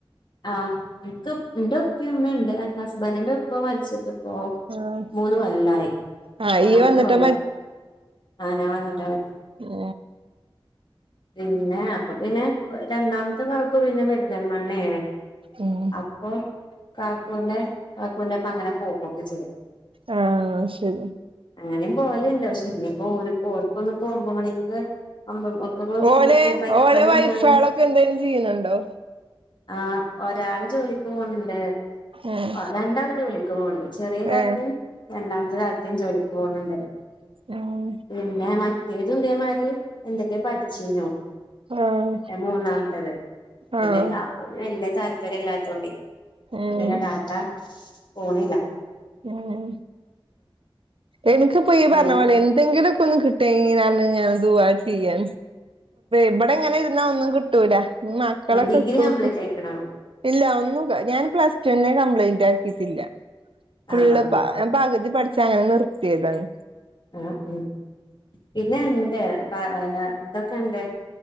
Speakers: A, on the left (about 55°); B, on the right (about 70°).
A: ആഹ് എനിക്ക് എന്റെ ഉപ്പ ഉമ്മയുണ്ട് ഹസ്ബൻഡിന്റെ ഉപ്പ മരിച്ചിട്ട് ഓ
B: ആഹ്
A: മൂന്ന് കൊല്ലായി
B: ആഹ്
A: മൂന്നാമത്തെ
B: ഇയ്യ് വന്നിട്ടാ
A: കൊല്ലം <unintelligible>
B: ആ
A: പിന്നെ അപ്പൊ പിന്നെ രണ്ടാമ ഇത്ത കാക്കൂ പിന്നെ പെരിന്തൽമണ്ണേണ്
B: ഉം
A: അപ്പൊ കാക്കൂന്റെ കാക്കൂൻ്റൊപ്പം അങ്ങനെ പോവൊക്കെ ചെയ്യാം
B: ആ ശരി
A: അങ്ങനെയും പോവല്ണ്ട് പക്ഷെ ഇനിയിപ്പോ ഓൽക്കൊന്നും പ്പം ഒമ്പമണി ഒക്കെ <unintelligible> സ്കൂട്ടി
B: ഓലെ
A: ബൈക്ക്
B: ഓലെ
A: വണ്ടി
B: വൈഫാളൊക്കെ
A: <unintelligible>
B: എന്തേലും ചെയ്യണുണ്ടോ
A: ആ ഒരാള് ജോലിക്ക് പോണിണ്ട്
B: ഉം
A: രണ്ടാള് ജോലിക്ക് പോണ്ട് ചെറിയ താത്തേം
B: ഏഹ്
A: രണ്ടാമത്തെ താത്തേം ജോലിക്ക് പോണുണ്ട്
B: ഉം
A: പിന്നെ മറ്റേത് ഇതേ മാതിരി എന്തൊക്കെയാ പഠിച്ചീനു
B: ആഹ്
A: മൂന്നാമത്തത് പിന്നെ
B: ആഹ്
A: കാക്കുന് <unintelligible> താല്പര്യം ഇല്ലാത്തോണ്ട്
B: ഉം
A: പിന്നെ ഡാറ്റാ ഫോണില്ലാ
B: ഉം എനക്ക് ഈ
A: അങ്ങനെ
B: പറഞ്ഞ പോലെ എന്തെങ്കിലുമൊക്കെ ഒന്ന് കിട്ടേനേങ്കി ഞാൻ ഞാന് ദുവാ ചെയ്യാ ഇവിടെ ഇങ്ങനെ ഇരുന്നാ ഒന്നും കിട്ടൂലാ മക്കളൊക്കെ
A: ഡിഗ്രി
B: സ്കൂള്
A: കംപ്ലീറ്റ് ആയിക്കണോ
B: ഇല്ല ഒന്നും ഞാൻ പ്ലസ് ടൂൻ്റെ കംപ്ലീറ്റാക്കിയിട്ടി
A: ആ
B: ഫുള്ള്
A: ആ ആ
B: പാ ല്ലാ ഞാൻ പകുതി പഠിച്ചോ <unintelligible> അങ്ങനെ നിർത്തിയതാണ്
A: ആ ഉം പിന്നെണ്ട് അപ്പ ഇതൊക്കെ ഇണ്ട്